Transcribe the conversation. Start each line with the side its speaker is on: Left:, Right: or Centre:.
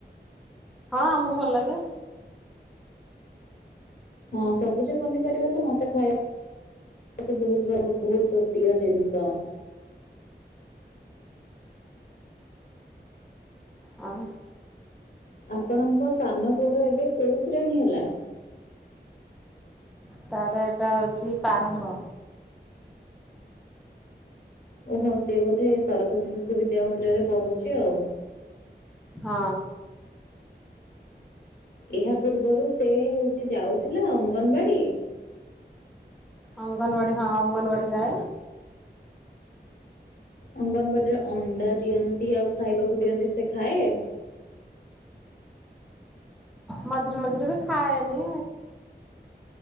Centre: ହଁ ଆମକୁ ଭଲ ଲାଗେ।
Left: ହଁ ସବୁଜ ପନିପରିବା ତ ମତେ ଖାଇବାକୁ ବହୁତ ଭ ବହୁତ ପ୍ରିୟ ଜିନିଷ।।
Centre: ହଁ।
Left: ଆପଣଙ୍କ ସାନ ପୁଅ ର ଏବେ କୋଉ ଶ୍ରେଣୀ ହେଲା
Centre: ତାର ଏଟା ହଉଛି ପ୍ରାରମ୍ଭ।
Left: ଓହୋ ସିଏ ବୋଧେ ସରସ୍ଵତୀ ଶିଶୁ ବିଦ୍ୟା ମନ୍ଦିର ପଢୁଛି ଆଉ
Centre: ହଁ।
Left: ଏହା ପୂର୍ବରୁ ସେ ହଉଛି ଯାଉଥିଲା ଅଙ୍ଗନବାଡି
Centre: ଅଙ୍ଗନବାଡି ହଁ ଅଙ୍ଗନବାଡି ଯାଏ
Left: ଅଙ୍ଗନବାଡିରେ ଅଣ୍ଡା ଦିଅନ୍ତି ଆଉ ଖାଇବାକୁ ଦିଅନ୍ତି ସେ ଖାଏ।
Centre: ମଝିରେ ମଝିରେ ବି ଖାଏନି